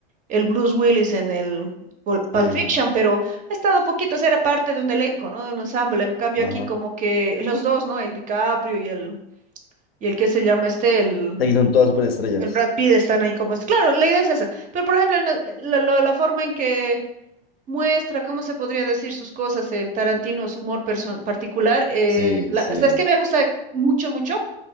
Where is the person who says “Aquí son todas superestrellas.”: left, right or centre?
Left